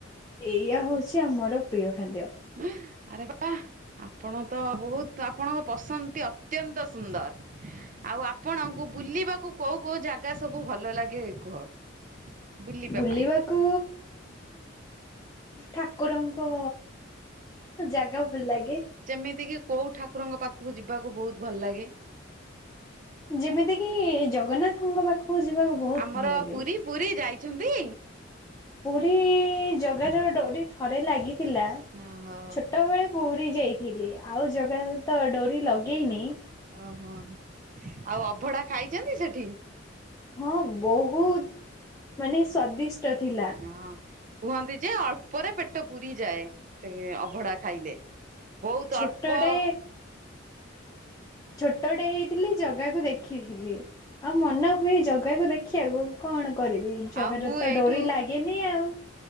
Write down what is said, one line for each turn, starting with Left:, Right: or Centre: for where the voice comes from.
Left: ଏଇୟଆ ହଉଛି ଆମର ପ୍ରିୟ ଖାଦ୍ୟ।
Right: ଆ ଆରେ ବା। ଆପଣ ତ ବହୁତ ଆପଣଙ୍କ ପସନ୍ଦଟି ଅତ୍ୟନ୍ତ ସୁନ୍ଦର। ଆଉ ଆପଣଙ୍କୁ ବୁଲିବାକୁ କୋଉ କୋଉ ଜାଗା ସବୁ ଭଲ ଲାଗେ ଏ କୁହ? ବୁଲିବା
Left: ବୁଲିବାକୁ
Right: ପାଇଁ
Left: ଠାକୁରଙ୍କ ଜାଗା ଭଲ ଲାଗେ।
Right: ଯେମିତି କିି କୋଉ ଠାକୁରଙ୍କ ପାଖକୁ ଯିବାକୁ ବହୁତ ଭଲ ଲାଗେ?
Left: ଯେମିତି କିି ଜଗନ୍ନାଥଙ୍କ ପାଖକୁ ଯିବାକୁ। ବହୁତ
Right: ଆମର
Left: ଭଲ ଲାଗେ
Right: ପୁରୀ ପୁରୀ ଯାଇଛନ୍ତି?
Left: ପୁରୀ ଜଗାର ଡୋରି ଥରେ ଲାଗିଥିଲା
Right: ଓହୋ
Left: ଛୋଟବେଳେ ପୁରୀ ଯାଇଥିଲି ଆଉ ଜଗା ତ ଡୋରି ଲଗେଇନି
Right: ଓହୋ ଆଉ ଅଭଡ଼ା ଖାଇଛନ୍ତି ସେଠି?
Left: ହଁ ବହୁତ ମାନେ ସ୍ଵାଦିଷ୍ଟ ଥିଲା।
Right: ହଁ କୁହନ୍ତି ଯେ ଅଳ୍ପରେ ପେଟ ପୁରିଯାଏ। ସେ ଅଭଢା ଖାଇଲେ ବହୁତ
Left: ଛୋଟଟେ
Right: ଅଳ୍ପ
Left: ଛୋଟଟେ ହେଇଥିଲି ଜଗାକୁ ଦେଖିଥିଲି ଆଉ ମନ ହୁଏ ଜ ଜଗାକୁ ଦେଖିବାକୁ କଣ କରିବି ଜଗାର
Right: ଆଉ ମୁଁ
Left: ତ
Right: ଏଇଠୁ
Left: ଡୋରି ଲାଗେନି ଆଉ।